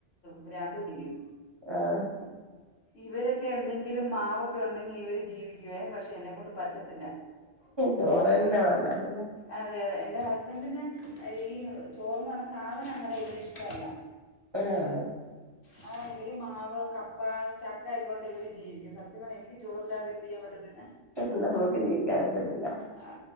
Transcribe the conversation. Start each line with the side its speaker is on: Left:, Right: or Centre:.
Left: ഭ്രാന്ത് പിടിക്കും
Right: ആഹ്
Left: ഇവരൊക്കെ എന്തെങ്കിലും മാവൊക്കെ ഉണ്ടെങ്കിൽ ഇവര് ജീവി <unintelligible> പക്ഷെ എന്നെ കൊണ്ട് പറ്റത്തില്ല
Right: ചോറന്നെ വേണല്ലേ
Left: അതെതെ എന്റെ ഹസ്‌ ബൻ്റ്ന് ഈ ചോറ്ന്ന് പർഞ്ഞ സാധനം അങ്ങനെ യിനിക്ക് ഇഷ്ടല്ല
Right: ആഹ്
Left: ആ ഇവര് മാവ് ക പ്പ ചക്ക ആയിക്കൊണ്ട് ഇവര് ജീവിക്കും സത്യം പറഞ്ഞ എനിക്ക് ചോറില്ലാതെ ചെയ്യാൻ
Right: <unintelligible>
Left: പറ്റത്തില്ല
Right: നമ്മുക്ക് ജീവിക്കാൻ പറ്റത്തില്ല
Left: ആ